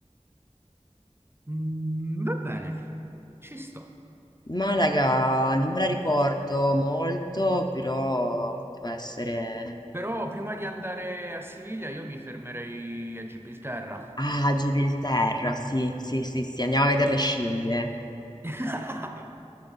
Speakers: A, on the right; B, on the left.
A: Mm, va bene, ci sto.
B: Malaga non me la ricordo molto, però poteva essere...
A: Però prima di andare a Siviglia io mi fermerei a Gibilterra.
B: Ah, Gibilterra, sì, sì, sì, sì, andiamo a vedere le scimmie.
A: <laughs>